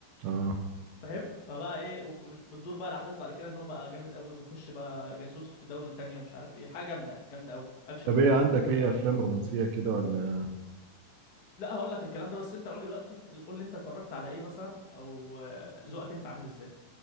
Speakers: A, on the right; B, on the left.
A: اه
B: فاهم فبقى ايه وبتدور بقى الاحداث بعد كده ان هو بقى جامد قوي وبيخش بقى جاسوس في دوله تانية ومش عارف ايه حاجه جامده يعني جامده قوي اكشن
A: طب
B: مود
A: ايه عندك اي افلام رومانسيه كده ولا
B: لا هقول لك الكلام ده بس انت قول لي دلوقتي قول لي انت اتفرجت على ايه مثلا او آه، ذوقك انت عامل ازاي